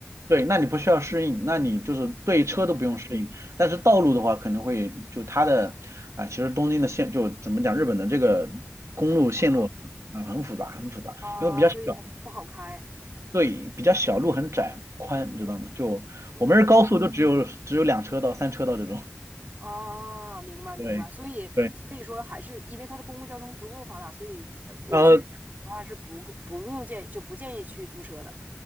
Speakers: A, on the right (about 75°); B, on the right (about 35°).
A: 对，那你不需要适应，那你就是对车都不用适应，
B: 嗯
A: 但是道路的话可能会就它的啊、其实东京的线就怎么讲，日本的这个公路线路啊、
B: 很复杂
A: 很复杂，很复杂，
B: 啊，
A: 因为比较小，
B: 所以它不好开。
A: 对，比较小，路很窄宽，你知道吗？就我们是高速都只有只有两车道、
B: 嗯
A: 三车道这种，
B: 啊，明白明白，
A: 对对，
B: 所以所以说还是因为它的公共交通足够发达，所以呃我去日本旅行的话是不够不用建议就不建议去租车的。
A: 呃，